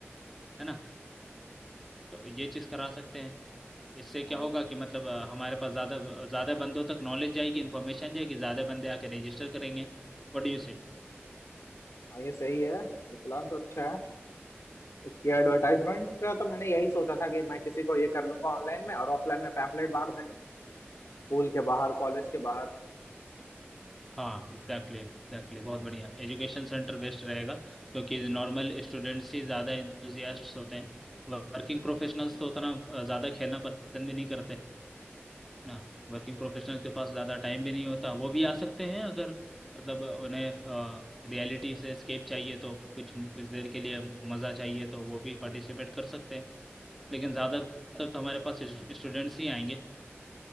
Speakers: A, in the centre; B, on the left (about 80°).
A: है ना तो ये चीज़ करा सकते हैं इससे क्या
B: हाँ
A: होगा कि मतलब अ, हमारे पास ज़्यादा ज़्यादा बंदों तक नॉलेज जाएगी इन्फॉर्मेशन जाएगी ज़्यादा बंदे आके रजिस्टर करेंगे What do you say
B: हाँ, ये सही है ये प्लान तो अच्छा है कि एडवर्टाइजमेंट का तो मैंने यही सोचा था कि मैं किसी को ये कर लूंगा ऑनलाइन में और ऑफलाइन में पैम्फलेट बांट देंगे स्कूल के बाहर कॉलेज के बाहर
A: हाँ एग्जैक्टली एग्जैक्टली बहुत बढ़िया एजुकेशन सेंटर बेस्ट रहेगा क्योंकि नॉर्मल स्टूडेंट्स ही ज़्यादा इंथुजियास्ट्स होते हैं वर्किंग प्रोफेशनल्स तो उतना अ, ज़्यादा खेलना पसंद भी नहीं करते ना वर्किंग प्रोफेशनल्स के पास ज़्यादा टाइम भी नहीं होता वो भी आ सकते हैं अगर मतलब उन्हें रियलिटी से स्केप चाहिए तो कुछ कुछ देर के लिए मज़ा चाहिए तो वो भी पार्टिसिपेट कर सकते हैं लेकिन ज़्यादातर तो हमारे पास स्टूडेंट्स ही आएंगे